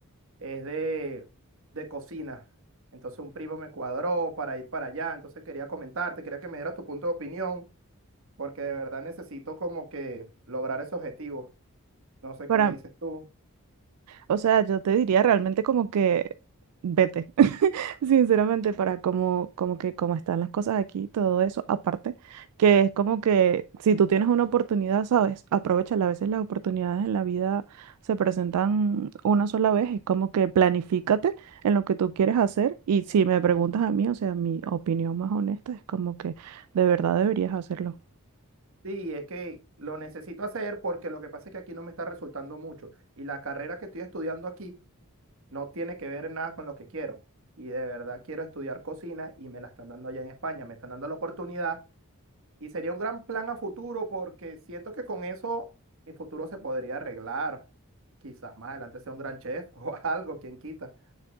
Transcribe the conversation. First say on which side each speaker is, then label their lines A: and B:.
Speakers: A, on the right; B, on the right.
A: Es de, de cocina. Entonces un primo me cuadró para ir para allá, entonces quería comentarte, quería que me diera tu punto de opinión porque de verdad necesito como que lograr ese objetivo. No sé
B: Para,
A: qué me dices tú.
B: o sea, yo te diría realmente como que vete, <laughs> sinceramente, para como como que cómo están las cosas aquí, todo eso, aparte, que es como que si tú tienes una oportunidad, sabes, aprovechala. A veces las oportunidades en la vida se presentan una sola vez, es como que planifícate en lo que tú quieres hacer y si me preguntas a mí, o sea, mi opinión más honesta es como que de verdad deberías hacerlo.
A: Sí, es que lo necesito hacer porque lo que pasa es que aquí no me está resultando mucho y la carrera que estoy estudiando aquí no tiene que ver nada con lo que quiero. Y de verdad quiero estudiar cocina y me la están dando allá en España, me están dando la oportunidad y sería un gran plan a futuro porque siento que con eso mi futuro se podría arreglar. Quizás más adelante sea un gran chef <laughs> o algo, quien quita.